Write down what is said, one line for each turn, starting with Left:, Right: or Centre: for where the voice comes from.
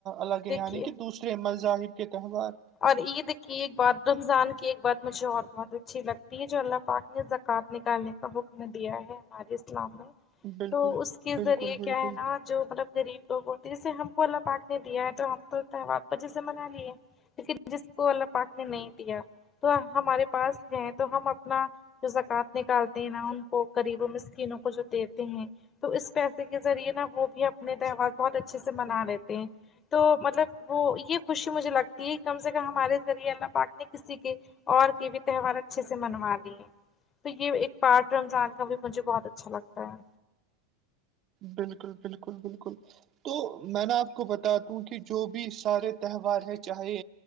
Right: الگ ہے
Left: دیکھیے
Right: یعنی کہ دوسرے مذاہب کے تہوار
Left: اور عید کی ایک بات رمضان کی ایک بات مجھے اور بہت اچھی لگتی ہے جو اللہ پاک نے زکوۃ نکالنے کا حکم دیا ہے ہمارے اسلام نے
Right: بالکل
Left: تو اس کے
Right: بالکل
Left: ذریعے
Right: بالکل
Left: کیا ہے نا جو مطلب غریب لوگ ہوتے جسے ہم کو اللہ پاک نے دیا ہے تو ہم تو تہوار کو جیسے منا لیے لیکن جس کو اللہ پاک نے نہیں دیا تو ہمارے پاس ہے تو ہم اپنا جو زکوت نکالتے ہیں نہ ان کو غریبوں میں مسکینوں کو جو دیتے ہیں تو اس پیسے کے ذریعے نا وہ بھی اپنے تہوار بہت اچھے سے منا لیتے ہیں تو مطلب وہ یہ خوشی مجھے لگتا یہ کم سے کم ہمارے ذریعے اللہ پاک نے کسی کے اور کے بھی تہوار اچھے سے منوا دی ہیں تو یہ ایک پارٹ رمضان کا بھی مجھے بہت اچھا لگتا ہے
Right: بالکل بالکل بالکل تو میں نا آپ کو بتا دوں کہ جو بھی سارے تہوار ہے چاہے